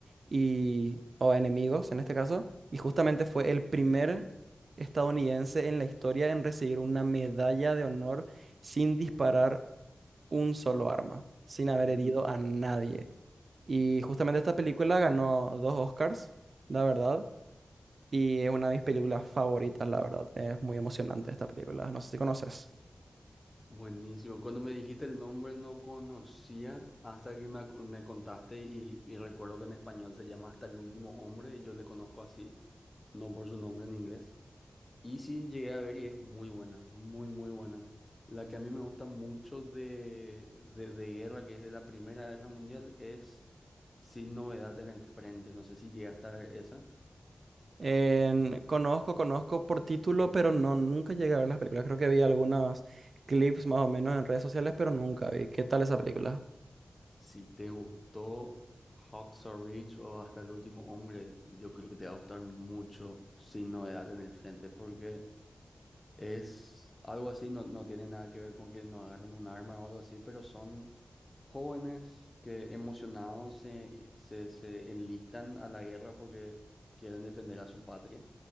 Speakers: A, on the right; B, on the left.
A: y, o a enemigos en este caso, y justamente fue el primer estadounidense en la historia en recibir una medalla de honor sin disparar un solo arma, sin haber
B: ujú.
A: herido a nadie. Y justamente esta película ganó dos Oscars, la verdad. Y es una de mis películas favoritas, la verdad. Es muy emocionante esta película. No sé si conoces.
B: Buenísimo. Cuando me dijiste el nombre no conocía hasta que me, ac- me contaste y, y recuerdo que en español se llama Hasta el último hombre y yo le conozco así, no por su nombre en inglés. Y sí, llegué a ver y es muy buena, muy, muy buena. La que a mí me gusta mucho de, de, de guerra, que es de la Primera Guerra Mundial, es Sin Novedad en el Frente. No sé si llegaste a ver esa.
A: En- conozco, conozco por título, pero no, nunca llegué a ver las películas. Creo que vi algunos clips más o menos en redes sociales, pero nunca vi. ¿Qué tal esa película?
B: Si te gustó Hacksaw Ridge o hasta el último hombre, yo creo que te va a gustar mucho Sin Novedad en el Frente, porque es algo así, no, no tiene nada que ver con que no agarren un arma o algo así, pero son jóvenes que emocionados se, se, se enlistan a la guerra porque quieren defender a su patria,